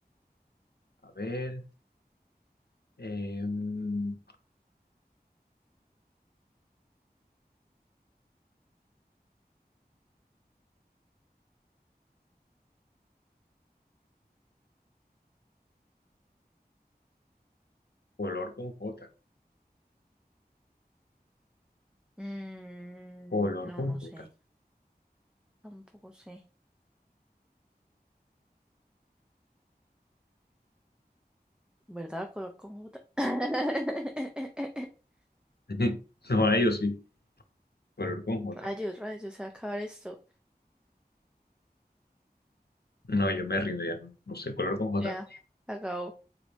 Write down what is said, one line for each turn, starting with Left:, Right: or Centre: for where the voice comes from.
Left: A ver. em, color con J.
Centre: Mm,
Left: Color
Centre: no,
Left: con
Centre: no
Left: J.
Centre: sé. Tampoco sé. ¿Verdad? Color con J. <laughs>
Left: <laughs> No hay, yo sí. Color con J.
Centre: Rayos, rayos, se va a acabar esto.
Left: No, yo me rindo ya. No, no sé, color con J.
Centre: Ya, se acabó.